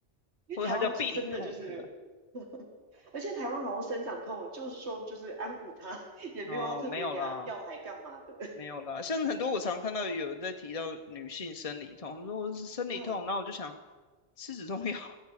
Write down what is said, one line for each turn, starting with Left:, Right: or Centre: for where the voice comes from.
Right: 因为台湾真的就是。
Left: 或者它叫必理痛是吧？
Right: <laughs> 而且台湾好像生长痛，就是说就是安抚他，也没有要特别给他药还干嘛的。
Left: 哦，没有啦，没有啦。像很多我常看到有人在提到女性生理痛，他们说我是生理痛，
Right: <laughs> 嗯
Left: 然后我就想吃止痛药，